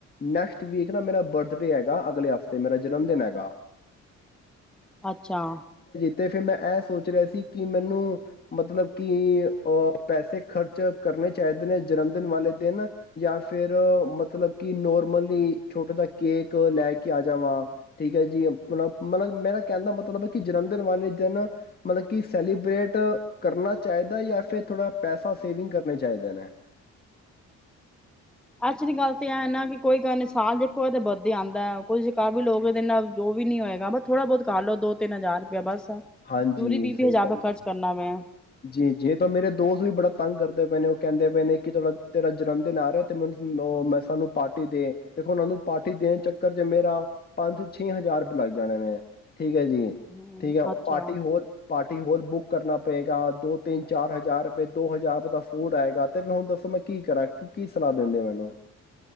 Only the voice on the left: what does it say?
ਨੈਕਸਟ ਵੀਕ ਨਾ ਮੇਰਾ ਬਰਥਡੇ ਐਗਾ, ਅਗਲੇ ਹਫ਼ਤੇ ਮੇਰਾ ਜਨਮਦਿਨ ਐਗਾ।
ਅਤੇ ਫਿਰ ਮੈਂ, ਐ ਸੋਚ ਰਿਹਾ ਸੀ ਕਿ ਮੈਨੂੰ ਮਤਲਬ ਕਿ ਅ ਪੈਸੇ ਖ਼ਰਚ ਕਰਨੇ ਚਾਹੀਦੇ ਨੇ, ਜਨਮਦਿਨ ਵਾਲੇ ਦਿਨ ਜਾਂ ਫਿਰ ਮਤਲਬ, ਕਿ ਨੋਰਮਲੀ ਛੋਟਾ ਜਿਹਾ ਕੇਕ ਲੈ ਕੇ ਆ ਜਾਵਾਂ ਠੀਕ ਹੈ ਜੀ। ਮਤਲਬ -ਮਤਲਬ ਮੇਰਾ ਕਹਿਣ ਦਾ ਮਤਲਬ ਹੈ ਕਿ, ਜਨਮ ਦਿਨ ਵਾਲੇ ਦਿਨ ਮਤਲਬ ਕਿ ਸੈਲੀਬ੍ਰੇਟ ਕਰਨਾ ਚਾਹੀਦਾ, ਯਾ ਫਿਰ ਥੋੜਾ ਪੈਸਾ ਸੇਵਿੰਗ ਕਰਨੇ ਚਾਹੀਦਾ ਨੇ?
ਹਾਂਜੀ
ਸਹੀ
ਕਹਿੰਦੇ
ਜੀ -ਜੀ ਤਾਂ ਮੇਰੇ ਦੋਸਤ ਵੀ ਬੜਾ ਤੰਗ ਕਰਦੇ ਪਏ ਨੇ, ਉਹ ਕਹਿੰਦੇ ਪਏ ਨੇ ਕਿ ਤੇਰਾ ਜਨਮਦਿਨ ਆ ਰਿਹਾ, ਤੇ ਮੈਨੂੰ ਉਹ ਮੈਂ ਸਾਨੂੰ ਪਾਰਟੀ ਦੇ ਦੇਖੋ ਉਹ ਨੂੰ ਪਾਰਟੀ ਦੇਣ ਚੱਕਰ ਚ ਮੇਰਾ ਪੰਜ ਤੋਂ ਛੇ ਹਜ਼ਾਰ ਰੁਪਏ ਲੱਗ ਜਾਣੇ ਨੇ। ਠੀਕ ਹੈ, ਜੀ
ਠੀਕ ਹੈ
party hall party hall book ਕਰਨਾ ਦੋ ਤਿੰਨ ਚਾਰ ਹਜ਼ਾਰ ਰੁਪਏ ਦੋ ਹਜ਼ਾਰ ਰੁਪਏ ਦਾ ਫੂਡ ਆਏਗਾ, ਤੇ ਹੁਣ ਦੱਸੋ ਮੈਂ ਕੀ ਕਰਾਂ? ਕੀ ਸਲਾਹ ਦਿੰਦੇ ਮੈਨੂੰ।